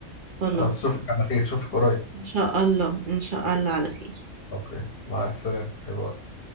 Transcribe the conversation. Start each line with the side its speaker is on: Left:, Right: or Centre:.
Right: خلاص
Left: خلاص اشوفك على خير اشوفك قريب
Right: ان شاء الله ان شاء الله على خير
Left: اوكي مع السلامة باي باي.